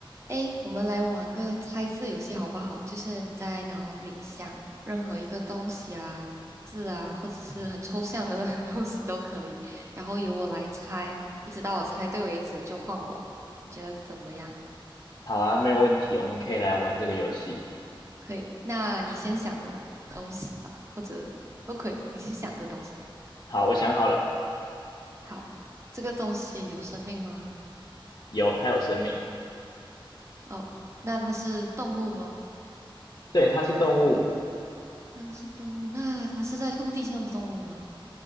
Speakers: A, on the right; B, on the left.
A: 诶，我们来玩个猜字游戏好不好？就是你在脑里想任何一个东西啊、字啊，或者是很抽象的 <laughs> 东西都可以，然后由我来猜，一直到我猜对为止就换我。你觉得怎么样？
B: 好啊，没有问题，我们可以来玩这个游戏。
A: 可以，那你先想个东西吧，或者都可以，你先想个东西。
B: 好，我想好了，
A: 好，这个东西有生命吗？
B: 有，它有生命，
A: 哦，那它是动物吗？
B: 对，它是动物，
A: 它是动物，那它是在陆地上的动物吗？